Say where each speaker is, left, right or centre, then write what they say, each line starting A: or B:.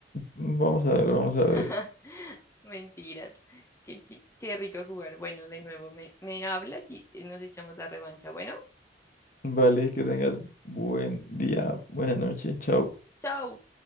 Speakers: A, on the left (about 50°); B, on the left (about 15°).
A: Vamos a ver, vamos a
B: <laughs>
A: ver.
B: mentiras. Qué, chi- qué rico jugar. Bueno, de nuevo me, me hablas y nos echamos la revancha. Bueno,
A: Vale, que tengas buen día, buena noche. Chao.
B: chao.